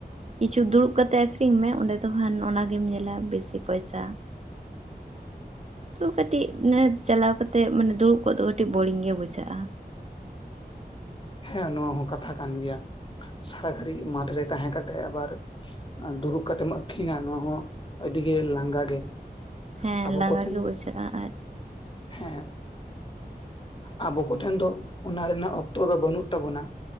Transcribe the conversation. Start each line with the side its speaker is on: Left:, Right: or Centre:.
Right: ᱠᱤᱪᱷᱩ ᱫᱩᱲᱩᱵ ᱠᱟᱛᱮ ᱟᱠᱷᱨᱤᱧ ᱢᱮ, ᱚᱸᱰᱮ ᱫᱚ ᱠᱷᱟᱱ ᱚᱱᱟ ᱜᱮᱢ ᱧᱮᱞᱟ ᱵᱮᱥᱤ ᱯᱚᱭᱥᱟ᱾ ᱛᱚ ᱠᱟᱹᱴᱤᱡ ᱢᱟᱱᱮ ᱪᱟᱞᱟᱣ ᱠᱟᱛᱮᱫ ᱢᱟᱱᱮ ᱫᱩᱲᱩᱵ ᱠᱚᱜ ᱫᱚ ᱠᱟᱹᱴᱤᱡ ᱵᱩᱨᱤᱝ ᱜᱮ ᱵᱩᱡᱷᱟᱹᱜᱼᱟ᱾
Left: ᱦᱮᱸ ᱱᱚᱶᱟ ᱦᱚᱸ ᱠᱟᱛᱷᱟ ᱠᱟᱱ ᱜᱮᱭᱟ, ᱥᱟᱨᱟ ᱜᱷᱟᱹᱲᱤᱡ ᱢᱟᱴᱷ ᱨᱮ ᱛᱟᱦᱮᱸ ᱠᱟᱛᱮᱜ ᱟᱵᱟᱨ ᱫᱩᱲᱩᱵ ᱠᱟᱛᱮᱢ ᱟᱠᱷᱨᱤᱧᱟ ᱱᱚᱣᱟ ᱦᱚᱸ ᱟᱹᱰᱤ ᱜᱮ ᱞᱟᱸᱜᱟ ᱜᱮ,
Right: ᱦᱮᱸ
Left: ᱟᱵᱚ
Right: ᱞᱟᱸᱜᱟ
Left: ᱠᱚᱴᱷᱮᱱ
Right: ᱜᱮ ᱵᱩᱡᱷᱟᱹᱜᱼᱟ ᱟᱨ
Left: ᱦᱮᱸ, ᱟᱵᱚ ᱠᱚ ᱴᱷᱮᱱ ᱫᱚ, ᱚᱱᱟ ᱨᱮᱱᱟᱜ ᱚᱠᱛᱚ ᱫᱚ ᱵᱟᱹᱱᱩᱜ ᱛᱟᱵᱚᱱᱟ᱾